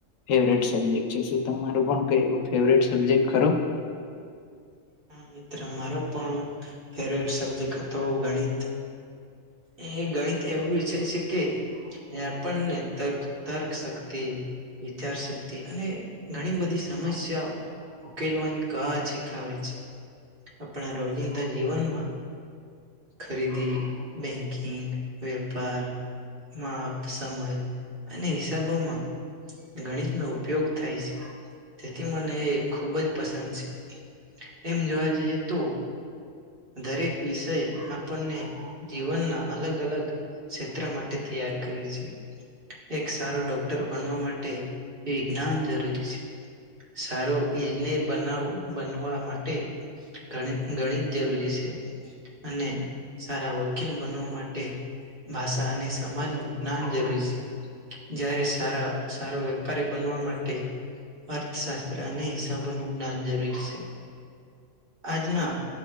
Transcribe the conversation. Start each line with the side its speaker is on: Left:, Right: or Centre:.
Left: ફેવરેટ સબ્જેક્ટ છે શું તમારું પણ કઈ એવો ફેવરેટ સબ્જેક્ટ ખરો?
Right: હા મિત્ર મારો પણ ફેવટ સબ્જેક્ટ હતો ગણિત એ ગણિત એવું વિષય છે કે જે આપણને તક તર્ક શક્તિ વિયાર શક્તિ અને ઘણી બધી સમસ્યા ઉકેલવાની કળા શીખાવે છે આપણા રોજિંદા જીવનમાં ખરીદી બેંકિંગ વેપાર માપ સમય અને હિસાબોમાં ગણિતનો ઉપયોગ થાય છે તેથી મને ખૂબ જ પસંદ છે એમ જોવા જઈએ તો દરેક વિષય આપણને જીવનના અલગ અલગ ક્ષેત્ર માટે તૈયાર કરે છે એક સારો ડોક્ટર બનવા માટે વિજ્ઞાન જરૂરી છે સારો ઇજનેર બનાવ બનવા માટે ઘણી ગણિત જરૂરી છે અને સારા વકીલ બનવા માટે ભાષા અને સમાજનું જ્ઞાન જરૂરી છે જયારે સારા સારો વેપારી બનવા માટે અર્થશાસ્ત્ર અને હિસાબોનું જ્ઞાન જરૂરી છે આજના